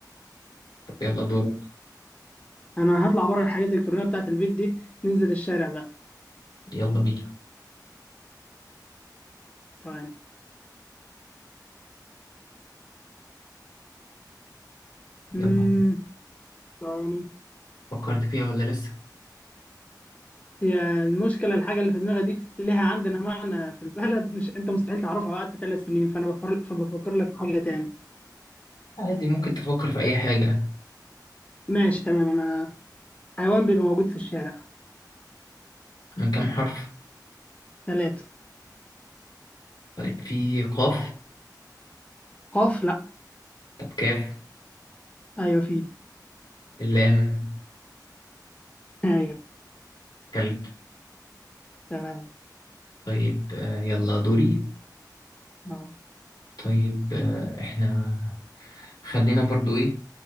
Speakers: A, on the left; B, on the left.
A: طب يلا دورك
B: انا هطلع بره الحاجات الالكترونيه بتاعت البيت دي ننزل الشارع بقى
A: يلا بينا
B: ثواني امم
A: يلا
B: ثواني
A: فكرت فيها ولا لسه
B: هي المشكله الحاجه اللي في دماغي دي ليها عندنا معنى في البلد مش انت مستحيل تعرفها وقت ثلاث سنين فانا بفكر فبفكر لك في حاجه تاني
A: عادي ممكن تفكر في اي حاجة
B: ماشي تمام انا حيوان بيبقى موجود في الشارع
A: من كام حرف
B: ثلاثه
A: طيب في قاف
B: قاف لا
A: طب كاف
B: ايوه في
A: اللام
B: ايوه
A: كلب
B: تمام
A: طيب آه، يلا دوري
B: اه
A: طيب آه، احنا خلينا برضو ايه